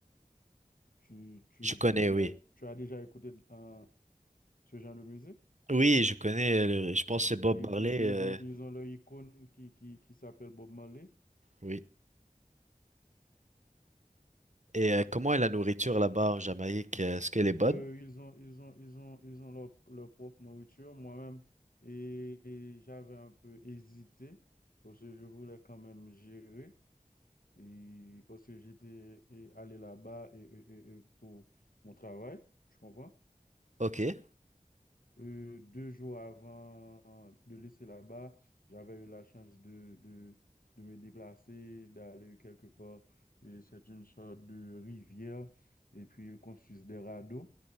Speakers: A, on the left (about 75°); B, on the right (about 55°).
A: tu, tu,
B: Je connais
A: tu
B: oui.
A: as, tu as déjà écouté euh, ce genre de musique.
B: Oui je connais. euh, le- je pense que c'est Bob
A: Ils,
B: Marley.
A: ils- ils
B: euh,
A: ont, ils ont leur icône qui, qui, qui s'appelle Bob Marley.
B: oui. Et euh, comment est la nourriture là-bas en Jamaïque? euh, Est-ce qu'elle est bonne?
A: Euh, ils ont, ils ont, ils ont, ils ont leur, leur propre nourriture. Moi-même, et, et j'avais un peu hésité parce que je voulais quand même gérer. Et parce que j'étais et allé là-bas et, et- et- et pour mon travail, tu comprends?
B: Ok.
A: Euh, deux jours avant de laisser là-bas, j'avais eu la chance de, de, de me déplacer, d'aller quelque part. Et c'est une sorte de rivière. Et puis, ils construisent des radeaux.